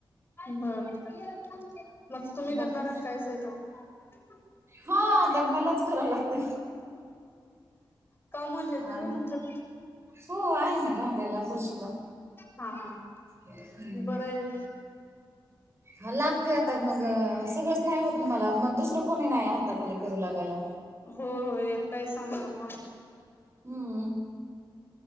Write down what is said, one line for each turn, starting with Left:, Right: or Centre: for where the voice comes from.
Left: बर बर मग तुम्ही आहे
Right: बाकी
Left: करणार काय स्वयंपाक
Right: हो आता मलाच करा लागते
Left: का मुली येत्या
Right: हा
Left: होय
Right: न
Left: तुमच्यात?
Right: हो आहे ना, भांड्याला, फरशीला
Left: हा हा
Right: हम्म,
Left: बरं आहे
Right: हा लागतेय आता मग सगळंच नाही होत मला मग दुसरं कोणी नाही हाताखाली करू लागायला.
Left: हो होय एकटाही समना मंग
Right: हम्म